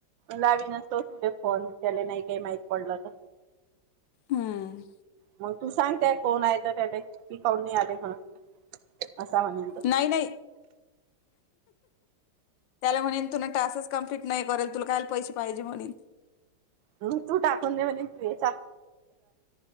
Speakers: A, on the right (about 80°); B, on the left (about 75°).
A: लावी नसतो तुले फोन. त्याला नाही कायी माहित पडलं त.
B: हम्म
A: मग तू सांग त्यास कोण आहे तर त्याले ती काउन नाही आली म्हणून. असा म्हणेल तो.
B: नाही नाही त्याला म्हणेन तुन टासच कंप्लीट नाही करेल तुला कायल पैसे पाहिजे म्हणेन.
A: ह तू टाकून दे म्हणे तू याचा